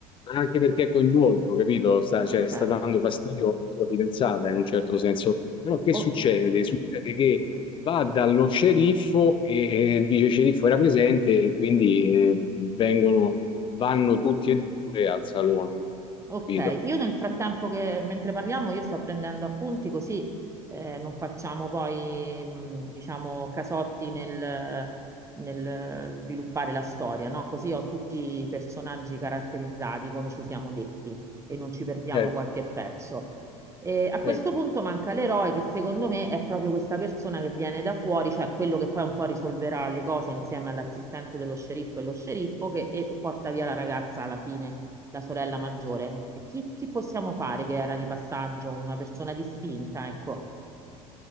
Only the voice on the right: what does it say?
Ok.
O-
Ok,
io nel frattempo che mentre parliamo io sto prendendo appunti così eh, non facciamo poi mh, diciamo casotti nel, nel sviluppare la storia, no? Così ho tutti i personaggi caratterizzati come ci siamo detti e non ci perdiamo
qualche pezzo. E a questo
punto manca l'eroe che secondo me è proprio questa persona che viene da fuori, cioè quello che poi un po' risolverà le cose insieme all'assistente dello sceriffo e lo sceriffo che e porta via la ragazza alla fine la sorella maggiore. Chi, chi possiamo fare che era di passaggio, una persona distinta, ecco.